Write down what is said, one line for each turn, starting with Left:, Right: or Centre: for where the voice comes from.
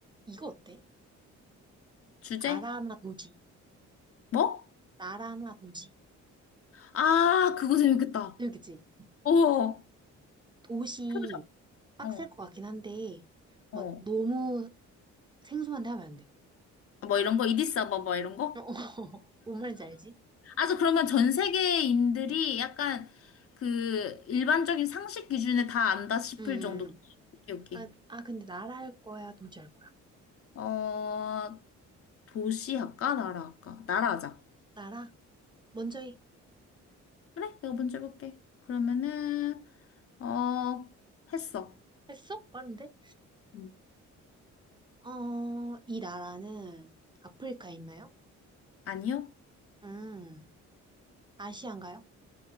Right: 이거 어때?
Left: 주제?
Right: 나라 나 도시.
Left: 뭐?
Right: 나라 나 도시.
Left: 아 그거 재밌겠다.
Right: 여기지?
Left: 어
Right: 도시
Left: 해보자.
Right: 빡셀
Left: 어
Right: 것 같긴 한데, 막
Left: 어.
Right: 너무 생소한데 하면 안 돼.
Left: 뭐 이런 거 이디스 아바바 뭐 이런 거?
Right: <laughs> 뭔 말인지 알지?
Left: 아 저 그러면 전 세계인들이 약간 그 일반적인 상식 기준에 다 안다 싶을
Right: 응. 음,
Left: 정도. 오케이 오케이.
Right: 아, 아, 근데 나라 할 거야? 도시 할 거야?
Left: 어, 도시 할까? 나라 할까? 나라 하자.
Right: 나라? 먼저 해.
Left: 그래? 내가 먼저 해볼게. 그러면은, 어, 했어.
Right: 했어? 빠른데?
Left: 음.
Right: 어, 이 나라는 아프리카에 있나요?
Left: 아니요?
Right: 음, 아시안가요?